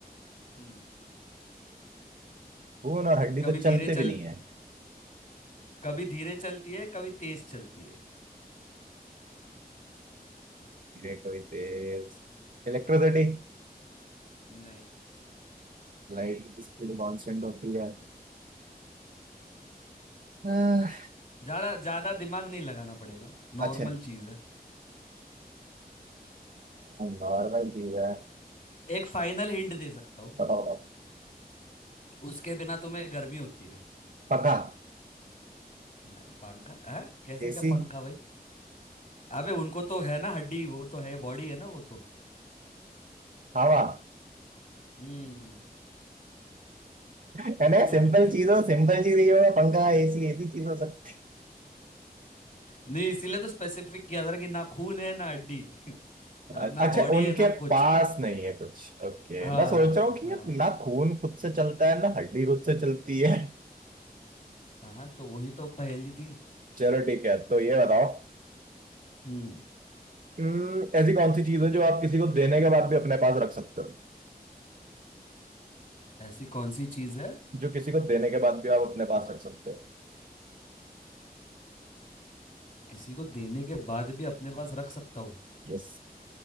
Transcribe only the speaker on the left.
हम्म
कभी
धीरे
चल
कभी धीरे चलती है कभी तेज चलती है
नहीं
ज्यादा ज्यादा दिमाग नहीं लगाना पड़ेगा
नॉर्मल चीज है
एक फाइनल हिंट दे सकता हूँ
उसके बिना तुम्हें गर्मी होती है
न- पंखा है कैसे
क्या पंखा भाई अबे उनको तो है ना हड्डी वो तो है बॉडी है ना वो तो
हम्म
<laughs>
नहीं इसीलिए तो स्पेसिफिक किया था ना कि ना खून है ना हड्डी <laughs> मतलब
ना
बॉडी
है ना कुछ
हाँ
हाँ
हाँ तो वही तो पहेली थी
हम्म
ऐसी कौन सी चीज है
किसी को देने के बाद भी अपने पास रख सकता हूँ